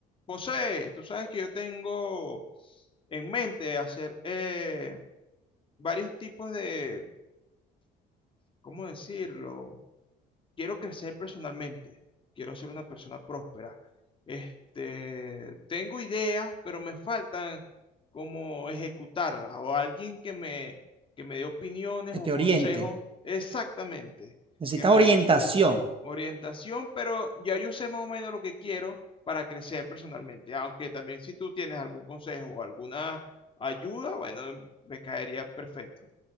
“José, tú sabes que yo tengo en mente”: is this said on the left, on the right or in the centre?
Left